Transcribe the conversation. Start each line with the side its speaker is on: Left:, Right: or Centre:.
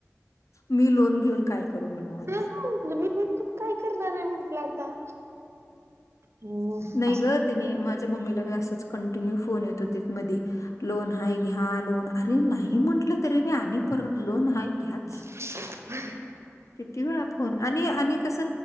Left: मी लोन घेऊन काय करू म्हणाव आता.
Right: तेच म्हटलं मी लोन घेऊन काय करणार आहे म्हटलं आता. मग
Left: नाही
Right: असं
Left: ग. तने माझ्या मम्मीलाी असाच कंटिन्यू फोन येत होतीत मध्ये. लोन हाय घ्या लोन अरे नाही म्हंटलं तरी बी आणि परत लोन हा घ्याच.
Right: <unintelligible>
Left: किती वेळा फोन आणि आणि कस.